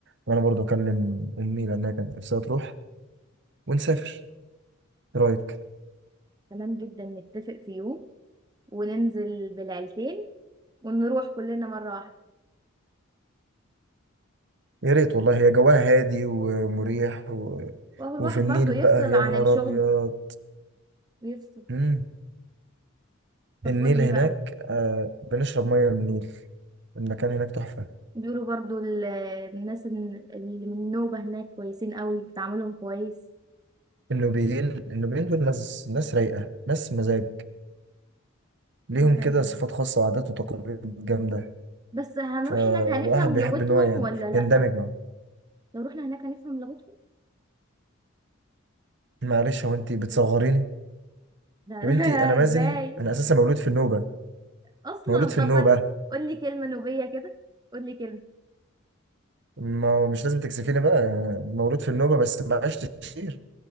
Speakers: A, on the right (about 55°); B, on the right (about 20°).
A: وأنا برضو أكلم أمي لأنها كانت نفسها تروح ونسافر إيه رأيك
B: تمام جدا نتفق في يوم وننزل بالعيلتين ونروح كلنا مرة واحدة
A: يا ريت والله هي جواها هادي ومريح و...
B: وهو الواحد
A: وفي النيل
B: برضو يفصل
A: بقى يا
B: عن
A: نهار
B: الشغل
A: أبيض
B: ويفصل
A: مم.
B: طب
A: النيل
B: قولي
A: هناك
B: بقى
A: آه بنشرب مية من النيل المكان هناك تحفة
B: بيقولوا برضو ال- الناس الن- اللي من النوبة هناك كويسين قوي بتعاملهم كويس
A: النوبيين النوبيين دول ناس ناس رايقة ناس مزاج ليهم
B: ازاي
A: كده
B: بقى؟
A: صفات خاصة وعادات وتقاليد جامدة
B: بس هنروح
A: فالواحد
B: هناك هنفهم
A: بيحب
B: لغتهم
A: إن هو يعني
B: ولا لا
A: يندمج معاهم
B: لو رحنا هناك هنفهم لغتهم
A: معلش هو أنت بتصغريني
B: لا
A: يا بنتي أنا مازن
B: <laughs> ازاي
A: أنا أساسا مولود في النوبة
B: اصلا
A: مولود في النوبة
B: طب ما ت... قول لي كلمه نوبيه كده قول لي كلمه
A: ما مش لازم تكسفيني بقى مولود في النوبة بس ما عشتش كتير